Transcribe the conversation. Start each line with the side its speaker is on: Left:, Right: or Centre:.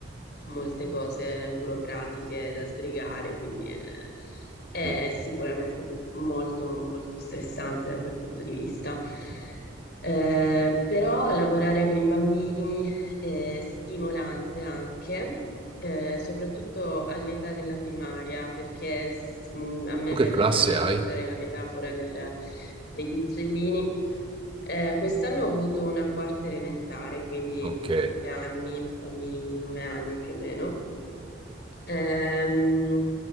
Left: molte cose burocratiche da sbrigare, quindi è, è
Right: mm.
Left: sicuramente molto, molto stressante da quel punto di vista. Eh, però lavorare con i bambini eh, stimolante anche, eh, soprattutto all'età della primaria, perché s- mh, a me
Right: Tu che
Left: verrebbe
Right: classe
Left: da utilizzare
Right: hai?
Left: la metafora del- degli uccellini. Eh, quest'anno ho avuto una quarta elementare, quindi
Right: Ok.
Left: nove anni, bambini di nove anni più o meno. Ehm,